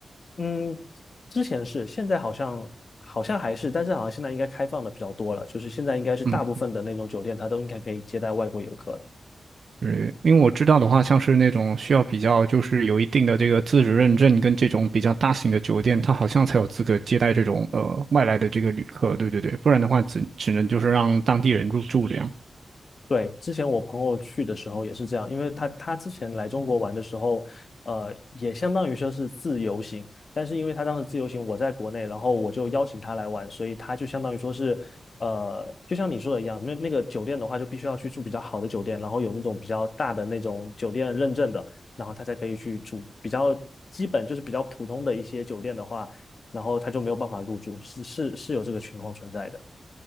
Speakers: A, on the left (about 55°); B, on the right (about 75°).
A: 嗯，之前是，现在好像好像还是，但是好像现在应该开放的比较多了，就是现在应该是大部分的那种酒店它都应该可以接待外国游客了。
B: 嗯，对，因为我知道的话，像是那种需要比较就是有一定的这个资质认证跟这种比较大型的酒店，它好像才有资格接待这种呃外来的这个旅客，对对对，不然的话只只能就是让当地人入住这样。
A: 对，之前我朋友去的时候也是这样，因为他他之前来中国玩的时候，呃，也相当于说是自由行，但是因为他当时自由行我在国内，然后我就邀请他来玩，所以他就相当于说是，呃，就像你说的一样，那那个酒店的话就必须要去住比较好的酒店，然后有那种比较大的那种酒店认证的，然后他才可以去住。比较基本就是比较普通的一些酒店的话，然后他就没有办法入住，是是是有这个情况存在的